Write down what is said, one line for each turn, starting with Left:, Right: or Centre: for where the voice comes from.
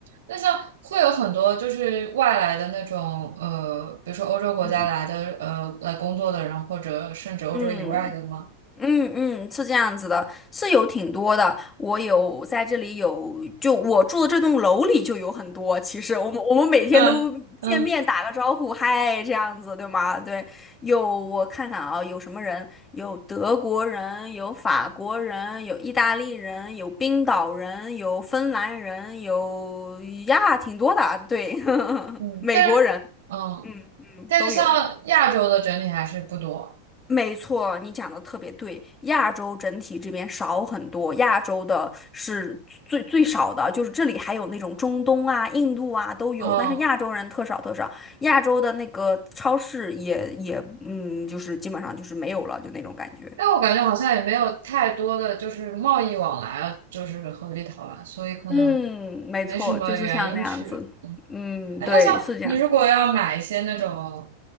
Right: 那像会有很多就是外来的那种呃，比如说欧洲国家来的呃来工作的人，
Left: 嗯，
Right: 或者甚至欧洲以外的吗？
Left: 嗯。嗯嗯，是这样子的，是有挺多的。我有在这里有，就我住的这栋楼里就有很多。其实我们我们每天都见面打个招呼，
Right: 嗯嗯，
Left: 嗨，这样子对吗？对，有我看看啊，有什么人？有德国人，有法国人，有意大利人，有冰岛人，有芬兰人，有呀，挺多的。对，<laughs>
Right: 嗯，
Left: 美国人，
Right: 但是嗯，
Left: 嗯嗯，
Right: 但是像亚洲的整体还是不多。
Left: 都有。没错，你讲的特别对。亚洲整体这边少很多，亚洲的是最最少的，就是这里还有那种中东啊、印度啊都有，
Right: 嗯，
Left: 但是亚洲人特少特少。亚洲的那个超市也也嗯，就是基本上就是没有了，就那种感觉。
Right: 但我感觉好像也没有太多的就是贸易往来啊，就是和立陶宛，所以可能没什么原因去。
Left: 嗯，没错，就是像那样子。嗯，
Right: 哎，
Left: 对，
Right: 那像你如果要买一些那种，
Left: 是这样。